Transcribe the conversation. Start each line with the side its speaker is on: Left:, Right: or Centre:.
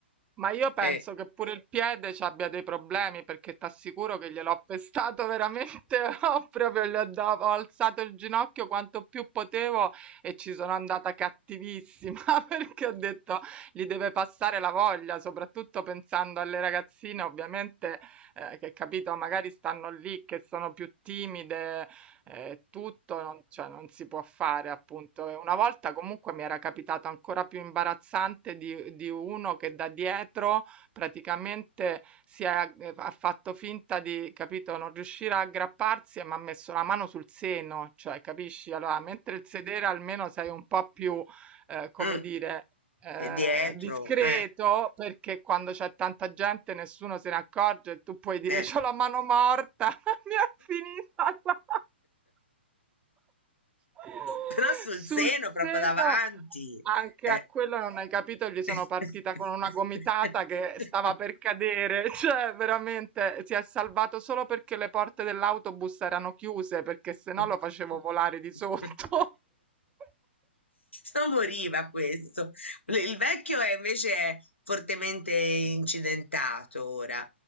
Right: ma io penso
Left: Eh,
Right: che pure il piede ci abbia dei problemi perché t'assicuro che gliel'ho pestato veramente, <laughs> ho proprio gli ho, da- ho alzato il ginocchio quanto più potevo e ci sono andata cattivissima <laughs> perché ho detto gli deve passare la voglia, soprattutto pensando alle ragazzine, ovviamente eh, che capito, magari stanno lì che sono più timide, eh, tutto, non, cioè non si può fare appunto. E Una volta comunque mi era capitato ancora più imbarazzante di, di uno che da dietro praticamente si è, eh, ha fatto finta di, capito, non riuscire a aggrapparsi e mi ha messo la mano sul seno, cioè capisci? Allora, mentre il sedere almeno sei un po' più eh, come
Left: Mm,
Right: dire, eh,
Left: e dietro,
Right: discreto,
Left: eh,
Right: perché quando c'è tanta gente nessuno se ne accorge e tu puoi dire
Left: eh.
Right: c'ho la mano morta, <laughs> mi è finita la... <laughs>
Left: Però sul
Right: sul
Left: seno, proprio
Right: seno.
Left: davanti.
Right: Anche
Left: Eh.
Right: a quello non hai capito, gli sono
Left: <laughs>
Right: partita con una gomitata che stava per cadere, <laughs> cioè veramente si è salvato solo perché le porte dell'autobus erano chiuse, perché se no
Left: <laughs>
Right: lo facevo volare di sotto. <laughs>
Left: Non moriva questo. Le- Il vecchio è invece è fortemente incidentato ora.